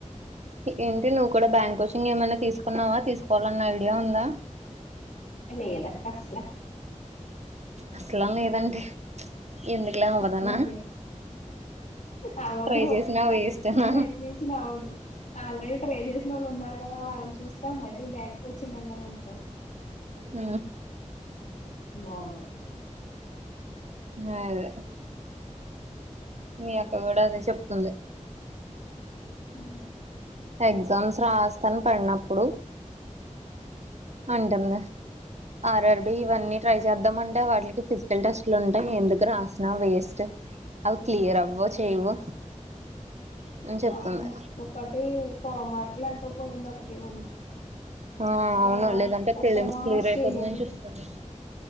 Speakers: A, on the right; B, on the left.
A: ఏంటి నువ్వు కూడా బ్యాంక్ కోచింగ్ ఏమైనా తీసుకున్నావా తీసుకోవాలన్న ఐడియా ఉందా
B: ఏ లేదక్కా అసలు
A: అసలాం లేదంటే ఎందుకులే అవ్వదనా
B: వస్తున్నారు అవ్వదు
A: ట్రై చేసినా వేస్టేనా
B: ప్రయత్నించిన అవ్వదు ఆల్రెడీ ట్రే చేసిన వాళ్ళు ఉన్నారు కదా వాళ్ళని చూస్తా మరీ బ్యాంక్కు వచ్చింది అన్నాం అనుకో
A: ఊ
B: బాగోదు
A: అ అదే మీ అక్కడ కూడా అదే చెప్తుంది
B: ఉ
A: ఎగ్జామ్స్ రాస్తాను పడినప్పుడు ఉంటుంది ఆర్ఆర్బి ఇవన్నీ ట్రై చేద్దాం అంటే, వాటికి ఫిజికల్ టెస్ట్లు ఉంటాయి. ఎందుకు రాసిన వేస్ట్ అవి క్లియర్ అవ్వవ్ చేయవు. అని చెప్తుంది
B: అవును ఒకటి పావు మార్కులు ఎంతో పోయింది. ఒకటి మొన్న
A: ఆ
B: ఇంకా అలా
A: అవును లేదంటే
B: ఒకటేమో
A: ప్రిలిమ్స్ క్లియర్
B: శ్రీనిధి
A: అయిపోతుందని చెప్తుంది